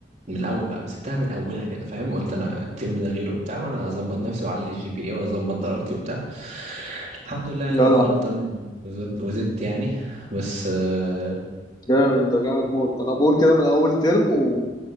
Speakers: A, on the right; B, on the left.
A: من الأول بقى مسكتها من أولها كده فاهم قلت أنا الترم ده غيره وبتاع وأنا هظبط نفسي وأعلي الجي بي إيه وأظبط درجتي وبتاع الحمد لله يعني
B: جدع
A: ربنا قدرني وزدت, وزدت يعني بس آه،
B: جامد ده جامد موت انا بقول كده من اول ترم و...